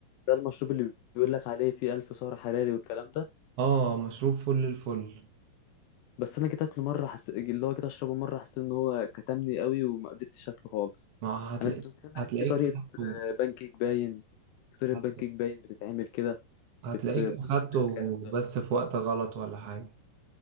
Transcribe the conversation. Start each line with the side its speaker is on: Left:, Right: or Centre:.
Left: ده المشروب اللي بيقول لك عليه فيه 1000 سعر حراري والكلام ده
Right: آه، مشروب فل الفل
Left: بس انا جيت اكله مره حس... اللي هو جيت اشربه مره حسيت ان هو كتمني قوي وما قدرتش اكله خالص
Right: ما هتلاقيك
Left: انا كنت سامع
Right: هتلاقيك
Left: ان في طريقه
Right: أخدته-
Left: آه، بان كيك باين في طريقه
Right: هت-
Left: بان كيك باين بتتعمل كده
Right: هتلاقيك
Left: بت... بتظبط
Right: اخدته
Left: الكلام ده
Right: بس في وقت غلط ولا حاجة